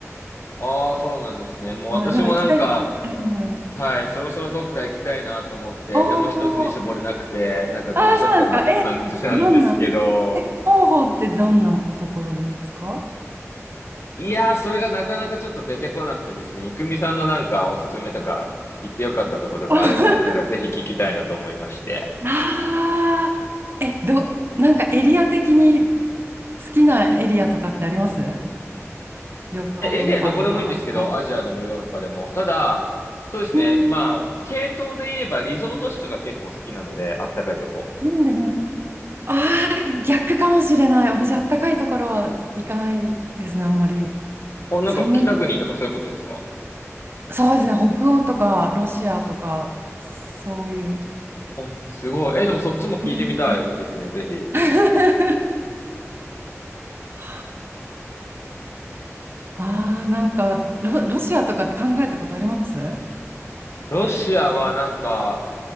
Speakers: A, on the left (about 55°); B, on the right (about 45°).
A: ああ、そうなんですね。もう私もなんか、
B: はい、なんか行きたい。えん、
A: はい、そろそろどっか行きたいなと思って、
B: おー、
A: でも一つに絞れなくて、なんかどうしようかなって感じなんですけど、
B: ああ、そうなんですか。え、どんな、え、広報ってどんなところですか
A: いやー、それがなかなかちょっと出てこなくてですね、いくみさんのなんかおすすめとか、行ってよかったところがあれば、
B: <laughs>
A: なんかぜひ聞きたいなと思いまして。
B: ああ、え、ど、なんかエリア的に好きなエリアとかってありますヨーロッパとか。
A: えエリアどこでもいいんですけど、
B: あ
A: アジアでもヨーロッパでも。ただ、そうですね。
B: うん、
A: まあ、
B: い
A: 系統で言えばリゾート地とか結構好きなので、あったかいとこ。
B: いんですね。ああ、逆かもしれない。私、あったかいところは行かないですね、あんまり。
A: お、なんか北国とかそういうことですか
B: 寒い、そうですね、北欧とかロシアとか、そういう。
A: あ、すごい。え、でもそっちも聞いてみたいですね、
B: 寒い系
A: ぜひ。
B: <laughs> はあ、ああ、なんかロ、ロシアとかって考えたことあります
A: ロシアはなんか、